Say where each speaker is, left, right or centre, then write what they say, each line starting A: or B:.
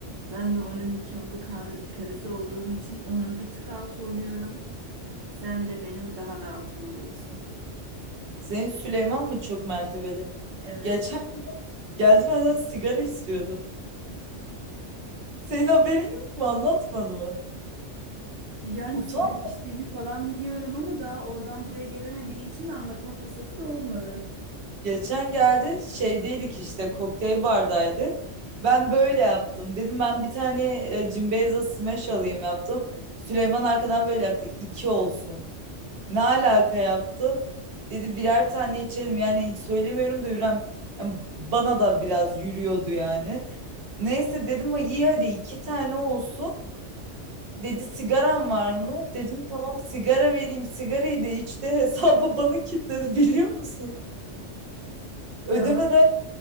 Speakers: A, on the right; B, on the right.
A: Ben de onun nikahlı kar- karısı olduğum için onun bir tık altı oluyorum. Sen de benim daha da altım oluyorsun.
B: Senin Süleyman mı çok mertebeli?
A: Evet.
B: Geçen geldi benden sigara istiyordu. Senin haberin yok mu? Anlatmadı mı?
A: Yani
B: Utan.
A: sigara içtiğini falan biliyorum ama daha oradan buraya gelemediği için anlatma fırsatı da olmadı.
B: Geçen geldi şeydeydik işte kokteyl bardaydık. Ben böyle yaptım. Dedim ben bir tane e, Cimbeyza Smash alayım yaptım. Süleyman arkadan böyle yaptı. İki olsun. Ne alaka yaptın? Dedi birer tane içelim. Yani hiç söylemiyorum da Hürrem yani bana da biraz yürüyordu yani. Neyse dedim ama iyi hadi iki tane olsun. Dedi sigaran var mı? Dedim tamam sigara vereyim. Sigarayı da içti. <laughs> Hesabı bana kilitledi biliyor musun? Ödemeden
A: Ya